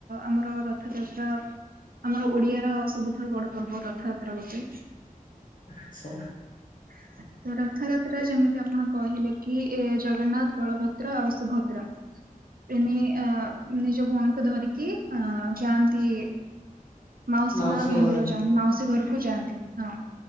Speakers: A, on the right; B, on the left.
A: ଆମର ରଥଯାତ୍ରା ଆମର ଓଡିଆ ର ସବୁଠାରୁୁ ବଡ ପର୍ବ ରଥଯାତ୍ରା ଗୋଟେ।
B: ଆଚ୍ଛା
A: <inaudible> ତ ରଥଯାତ୍ରା ଯେମିତି ଆପଣ କହିଲେ କି ଏ ଜଗନ୍ନାଥ, ବଳଭଦ୍ର ଆଉ ସୁଭଦ୍ରା ଏମୀ ଅ ନିଜ ଭଉଣୀକୁ ଧରିକି ଅ ଯାଆନ୍ତି। ମାଉସୀ
B: ମାଉସୀଙ୍କ
A: ମା ମନ୍ଦିର
B: ଘରେ
A: ଯାଆନ୍ତି, ମାଉସୀ ଘରକୁ ଯାଆନ୍ତି ହଁ।